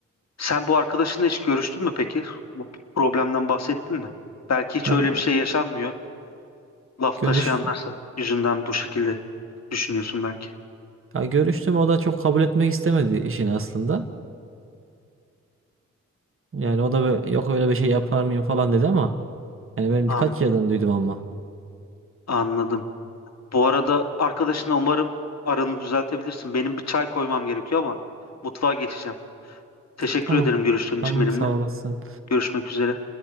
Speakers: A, on the left; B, on the right.
A: sen bu arkadaşınla hiç görüştün mü peki? Bu problemden bahsettin mi? Belki hiç
B: Ya
A: öyle
B: Evet.
A: bir şey yaşanmıyor. Laf
B: görüş
A: taşıyanlarsa yüzünden bu şekilde düşünüyorsun belki.
B: ya görüştüm o da çok kabul etmek istemedi işini aslında. Yani o da bö- yok öyle bir şey yapar mıyım falan dedi ama yani ben
A: Anladım.
B: birkaç yerden duydum ama.
A: Anladım. Bu arada arkadaşına umarım aranı düzeltebilirsin. Benim bir çay koymam gerekiyor ama mutfağa geçeceğim. Teşekkür
B: Tamam.
A: ederim görüştüğün için
B: Tamam
A: benimle.
B: sağ olasın.
A: Görüşmek üzere.